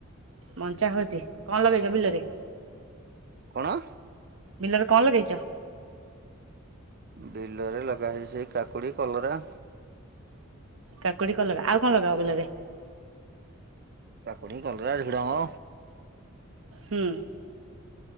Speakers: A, on the right; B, on the right.
A: ମଞ୍ଚା ହଉଛି। କଣ ଲଗେଇଛ ବିଲରେ?
B: କଣ?
A: ବିଲରେ କଣ ଲଗେଇଛ?
B: ବିଲରେ ଲଗାହେଇଛି ସେଇ କାକୁଡ଼ି କଲରା
A: କାକୁଡି, କଲରା ଆଉ କଣ ଲଗା ହେବ ବିଲରେ?
B: କାକୁଡି କଲରା ଝୁଡଙ୍ଗ।
A: ହୁଁ